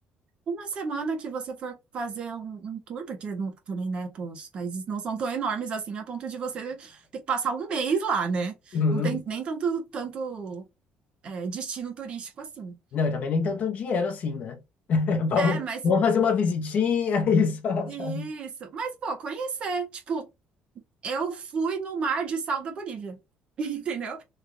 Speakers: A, on the right; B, on the left.
A: Uma semana que você for fazer um, um tour, porque não- também, né, pô, os países não são tão enormes assim, a ponto de você ter que passar um mês lá, né?
B: Uhum.
A: Não tem nem tanto, tanto, é, destino turístico assim.
B: Não, e também nem tanto dinheiro assim, né? <laughs> Vamos,
A: É, mas
B: vamos fazer uma visitinha <laughs> e só.
A: isso.
B: sabe?
A: Mas, pô, conhecer. Tipo, eu fui no Mar de Sal da Bolívia, <laughs> entendeu?